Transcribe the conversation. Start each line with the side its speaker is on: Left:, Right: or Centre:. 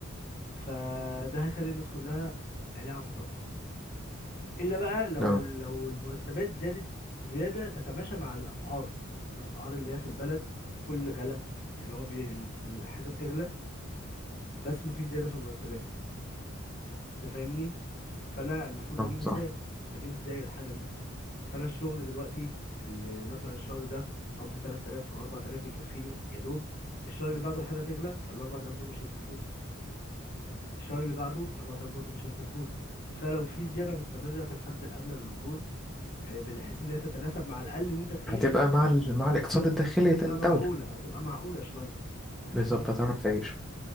Left: فده هيخلي الناس كلها عينيها على الصفر الا بقى لو
Centre: لا
Left: ال- لو المرتبات زادت زياده تتماشى مع الاسعار الاسعار اللي هي في البلد كل غلا يعني هو بي... الحاجه بتغلى بس مفيش زياده في المرتبات انت فاهمني فانا المفروض اجيب
Centre: اه
Left: ازاي
Centre: صح
Left: اجيب ازاي الحاجه دي فانا الشغل دلوقتي اللي مثلا الشهر ده قبضي 3000 او 4000 بيكفيني يا دوب الشهر اللي بعده الحاجه تغلى فال 4000 دول مش هيكفوني الشهر اللي بعده 4000 برضه مش هيكفوني فلو في زياده مستمره في الحد الادنى للاجور آه، بحيث ان هي تتناسب مع الاقل اللي انت تعيش
Centre: هتبقى مع ال... مع الاقتصاد
Left: هتبقى
Centre: الداخلي
Left: هتبقى
Centre: للدولة
Left: معقوله هتبقى معقوله شويه انت
Centre: بالظبط
Left: فاهمني
Centre: هتعرف تعيش